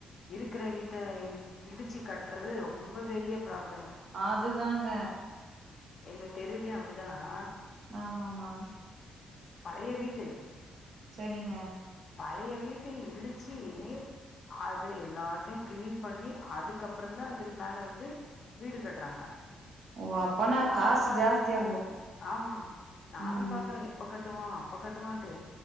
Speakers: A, on the left; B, on the right.
A: இருக்குற வீட்ட இடிச்சு கட்டுறது ரொம்ப பெரிய ப்ராப்ளமு
B: அதுதாங்க
A: எங்களுக்கு தெரியலயே அப்டிதான்
B: ஆமாமா
A: பழைய வீடு
B: செரிங்க
A: பழைய வீட்ட இடிச்சு அது எல்லாத்தையும் கிளீன் பண்ணி அதுக்கப்பறம் தான் அ மேல வந்து வீடு கட்டுறாங்க
B: ஓ அப்பனா
A: நானும்
B: காசு
A: பாக்குறேன்
B: ஜாஸ்தி ஆகு
A: ஆமா நானும்
B: ம்
A: பாக்குறேன் இப்ப கிட்ட கட்டு அப்ப கட்டு